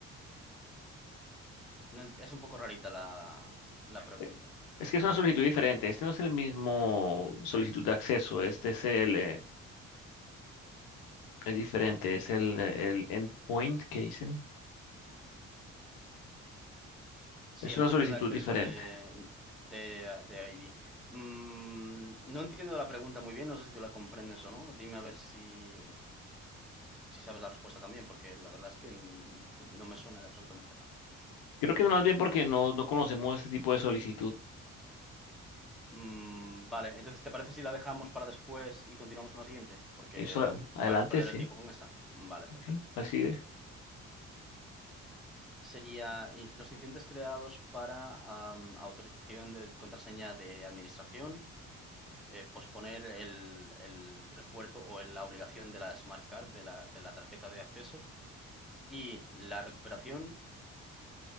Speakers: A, in the centre; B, on the left.
A: No ent- es un poco rarita la, la pregunta.
B: Eh, Es que es una solicitud diferente. Este no es el mismo solicitud de acceso. Este es el, eh, Es diferente, es el, el endpoint que dicen.
A: Sí,
B: Es
A: el
B: una
A: punto
B: solicitud
A: de acceso
B: diferente.
A: de, de, de ID. Mm, no entiendo la pregunta muy bien, no sé si tú la comprendes o no. Dime a ver si, Si sabes la respuesta también, porque la verdad es que n- no me suena de absolutamente nada.
B: Creo que más bien porque no, no conocemos este tipo de solicitud.
A: Mm, vale, entonces, ¿te parece si la dejamos para después y continuamos con la siguiente? Porque
B: Eso a- adelante,
A: para no perder
B: sí.
A: el tiempo con esta. Vale, perfecto.
B: Sí, así de
A: Sería in- los incidentes creados para am, autorización de contraseña de administración, eh, posponer el, el refuerzo o el- la obligación de la Smart Card, de la, de la tarjeta de acceso, y la recuperación